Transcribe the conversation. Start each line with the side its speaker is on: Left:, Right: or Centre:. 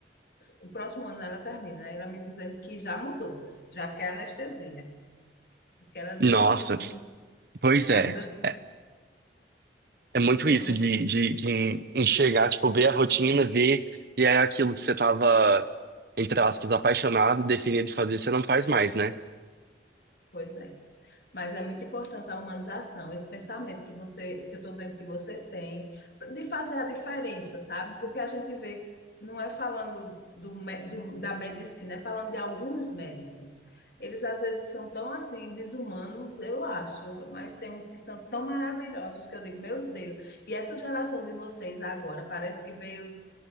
Left: o próximo ano ela termina. Aí ela me dizendo que já mudou, já quer anestesia, porque ela viu
Right: Nossa,
Left: a rotina,
Right: pois é.
Left: a mudança,
Right: É, é muito isso
Left: a
Right: de, de, de enxergar, tipo, ver a rotina, ver, e é aquilo que você tava, entre aspas, apaixonado, definido de fazer, você não faz mais, né?
Left: mudança. Mas é muito importante a humanização, esse pensamento que você, que eu estou vendo que você tem, de fazer a diferença, sabe? Porque a gente vê, não é falando do, me- do- da medicina, é falando de alguns médicos. Eles às vezes são tão assim, desumanos, eu acho, mas tem uns que são tão maravilhosos que eu digo, meu Deus. E essa geração de vocês agora parece que veio